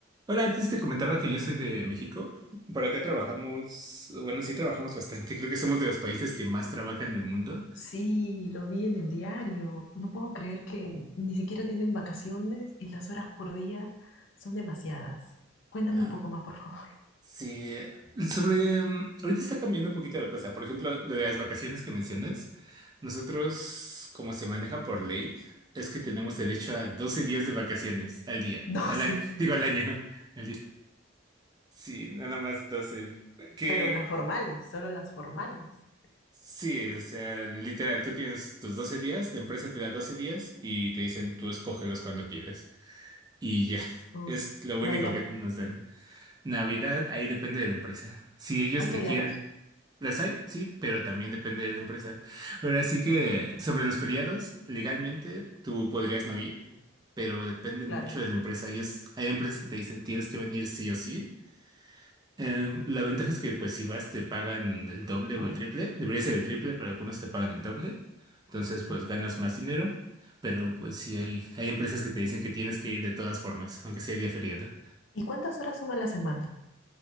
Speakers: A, on the right (about 20°); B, on the left (about 70°).
A: Hola, antes te comentaba que yo soy de México. Por acá trabajamos, bueno, sí trabajamos bastante. <laughs> Creo que somos de los países que más trabajan en el mundo.
B: Sí, lo vi en el diario. No puedo creer que ni siquiera tienen vacaciones y las horas por día son demasiadas. Cuéntame
A: Ajá.
B: un poco más, por favor.
A: Sí, eh, sobre, mm, ahorita está cambiando un poquito la cosa. Por ejemplo, lo de las vacaciones que mencionas, nosotros, como se maneja por ley, es que tenemos derecho a 12 días de vacaciones al día,
B: <laughs> 12,
A: al a- digo al año, <laughs> al día. Sí, nada más 12. Que
B: pero las formales, solo las formales.
A: Sí, o sea, literal, tú tienes tus 12 días, la empresa te da 12 días y te dicen tú escógelos cuando quieres. Y ya, <laughs>
B: Uy,
A: es lo único
B: Navidad.
A: que nos dan. Navidad, ahí depende de la empresa. Si ellos
B: ¿Hay
A: te
B: feriados?
A: quieren, las hay, sí, pero también depende de la empresa. Ahora sí que sobre los feriados, legalmente tú podrías no ir, pero depende
B: Claro,
A: mucho de la empresa. Ellos, hay empresas que te dicen tienes que venir sí o sí. Eh, la ventaja es que, pues, si vas, te pagan el doble
B: doble.
A: o el triple. Debería ser el triple, pero algunos te pagan el doble. Entonces,
B: Ujú.
A: pues, ganas más dinero. Pero, pues, sí, hay, hay empresas que te dicen que tienes que ir de todas formas, aunque sea día feriado.
B: ¿Y cuántas horas son a la semana?